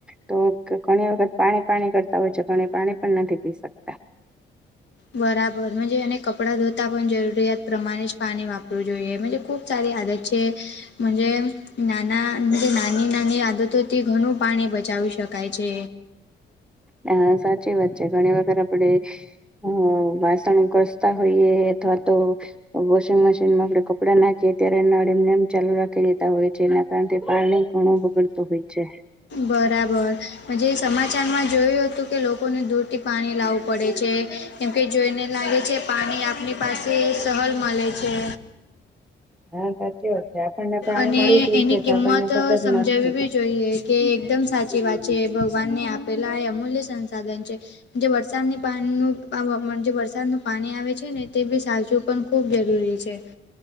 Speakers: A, in the centre; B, on the left (about 65°).
A: તો ઘણી વખત પાણી પાણી કરતા હોય છે, પણ એ પાણી પણ નથી પી શકતા
B: બરાબર મજે એને કપડાં ધોતા પણ જરૂરિયાત પ્રમાણે જ પાણી વાપરવું જોઈએ મજે ખૂબ સારી આદત છે મજે નાના નાની નાની આદતોથી ઘણું પાણી બચાવી શકાય છે.
A: હ સાચી વાત છે ઘણી વખત આપડે હ વાસણ ગસ્તા હોઈયે અથવા તો વોશિંગ મશીનમાં આપણે કપડા નાખીએ ત્યારે એના એમનેમ ચાલુ રાખી દેતા હોય છે. કારણ તે પાણી ઘણું બગડતુ હોય છે.
B: બરાબર. હજે સમાચારમાં જોયું હતું કે લોકોને દૂરથી પાણી લાવું પડે છે. કેમકે જોઈને લાગે છે પાણી આપણી પાસે સહલ મળે છે.
A: હા સાચી વાત છે આપણને પાણી
B: અને
A: મળી જાય
B: એની
A: છે
B: કિંમત
A: તો આપણને કદર
B: સમજાવવી
A: ન થાય.
B: જોઈએ કે એકદમ સાચી વાત છે ભગવાન ને આપેલા એ અમૂલ્ય સંસાધન છે. જે વરસાદની પાણી નુ જે વરસાદનું પાણી આવે છે ને તે બી સાવચું પણ ખૂબ જરૂરી છે.